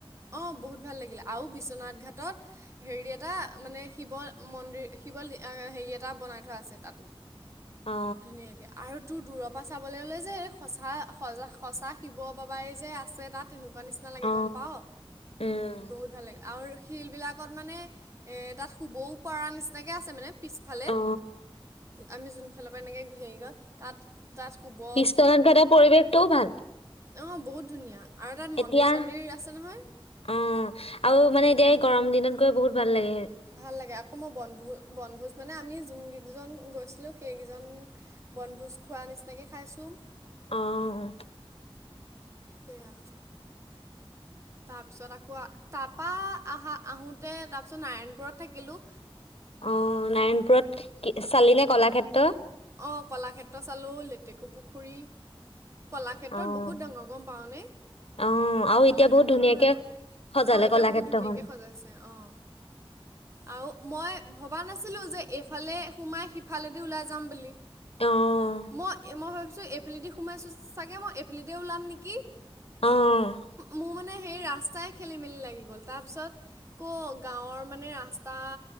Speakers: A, on the right (about 30°); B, on the left (about 80°).
A: অ, বহুত ভাল লাগিলে আৰু বিশ্বনাথ ঘাটত- হেৰি এটা মানে শিৱ মন্দিৰ শিৱ লি হেৰি এটা বনাই থোৱা আছে তাতো।
B: অ
A: ধুনীয়াকে। আৰু তোৰ দূৰৰ পৰা চাবলৈ ল'লে যে এই সচা- স -সচা শিৱ বাবাই যে আছে তাত। শুৱা নিচিনা লাগে
B: অ
A: গম পাও,
B: উম
A: বহুত ভাল লাগে। আৰু শিলবিলাকত মানে তাত শুবও পৰা নিচিনাকৈ আছে মানে। পিছফালে,
B: অ
A: আমি জোনফালৰ পৰা এনেকে হেৰী কৰ তাত - তাত শুবও
B: পিস্তলান খটাৰ পৰিৱেশটোও ভাল।
A: অ, বহুত ধুনীয়া আৰু তাত
B: এতিয়া
A: মন্দিৰ- চন্দিৰ আছে নহয়।
B: অ, আৰু মানে এতিয়া এই গৰম দিনত গৈ বহুত ভাল লাগে।
A: ভাল লাগে আকৌ, মই বনভোজ- বনভোজ মানে আমি যোনকেইজন গৈছিলোঁ। সেইকেইজন বনভোজ খোৱা নিচিনাকৈ খাইছো।
B: অ, অহ।
A: সেইয়া। তাৰপিছত আকৌ তাৰপা আহা- আহোতে তাৰপিছত নাৰায়ণপুৰত থাকিলোঁ।
B: অ, নাৰায়ণপুৰত কি চালিনে কলাক্ষেত্ৰ?
A: অ, কলাক্ষেত্ৰ চালোঁ। লেটেকু পুখুৰী কলাক্ষেত্ৰত
B: অ'
A: বহুত ডাঙৰ গম পাওনে?
B: অ' আৰু
A: কলাক্ষেত্ৰখনো
B: এতিয়া বহুত ধুনীয়াকে
A: ডাঙৰ।
B: সজালে
A: অ, এতিয়া
B: কলাক্ষেত্ৰখন।
A: বহুত ধুনীয়াকে সজাইছে অ। আৰু মই ভবা নাছিলো যে, এইফালে সোমাই সিফালেদি ওলাই যাম বুলি।
B: অ',
A: মই-মই ভাবিছো এইফালিদি সোমাইছো চাগে মই এফালিদি ওলাম নেকি?
B: অ', অ',
A: মোৰ মানে সেই ৰাস্তাই খেলি- মেলি লাগি গ'ল। তাৰ পিছত কৰ গাঁৱৰ মানে ৰাস্তা,